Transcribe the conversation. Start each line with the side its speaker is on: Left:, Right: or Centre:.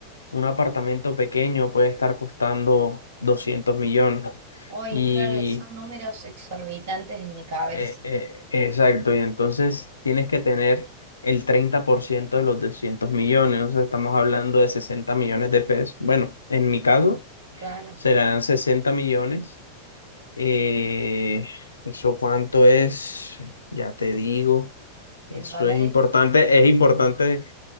Left: un apartamento pequeño puede estar costando 200 millones.
Right: Hoy,
Left: Y
Right: claro, son números exorbitantes en mi cabeza.
Left: eh, eh, exacto, y entonces tienes que tener el 30% de los 200 millones, o sea, estamos hablando de 60 millones de pesos. Bueno, en mi caso
Right: Claro,
Left: serán 60 millones. Eh, ¿eso cuánto es? Ya te digo, eso
Right: en dólares,
Left: es importante, es importante